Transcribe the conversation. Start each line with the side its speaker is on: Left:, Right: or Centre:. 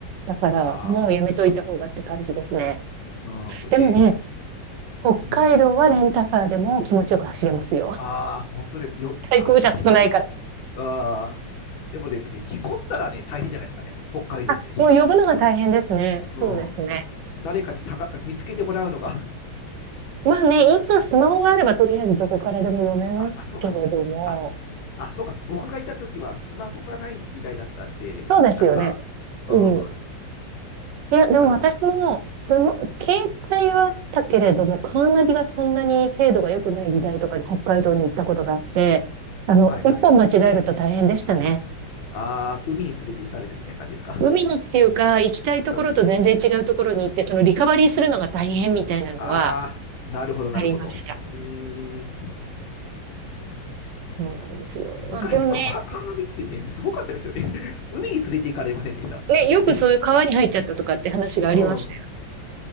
Right: だから、
Left: あーあ、
Right: もうやめといた方がって感じですね。
Left: うん、そうね。
Right: でもね、北海道はレンタカーでも気持ちよく走れますよ。
Left: うん。ああ、
Right: <laughs>
Left: 本当で、よ、
Right: 対向車少ないから。
Left: ああ、確かに。ああ、でもですね、事故ったらね、大変じゃないですかね。北海道で。
Right: あ、もう呼ぶのが大変ですね。そうですね。
Left: うん。誰かにさ見つけてもらうのが
Right: まあね、今スマホがあればとりあえずどこからでも読めますけれども、
Left: あ、あ、そうか、そうか。あ、あ、そうか。僕がいた時はスマホがない時代だったんで、
Right: そうですよね。
Left: なんか、うん。
Right: うん。
Left: だ
Right: いや、でも私も、
Left: から、
Right: スマ、携帯はあったけれども、カーナビがそんなに精度が良くない時代とかに北海道に行ったことがあって、あの、
Left: はいはい。
Right: 一本間違えると大変でしたね。
Left: ああ、海に連れて行かれるみたいな感じですか。
Right: 海にっていうか、行きたいところと全然違うところに行って、
Left: <laughs>
Right: そのリカバリーするのが大変みたいなのは
Left: ああ、なるほど、なるほど。
Right: ありました。
Left: うーん。
Right: そうなんですよ。
Left: 昔のカーナビってね、
Right: まあ、でもね、
Left: すごかったですよね。<laughs> 海に連れて行かれませんでした、
Right: ね、
Left: 途中で。
Right: よくそういう川に入っちゃったとかって話がありました。
Left: うん、うん、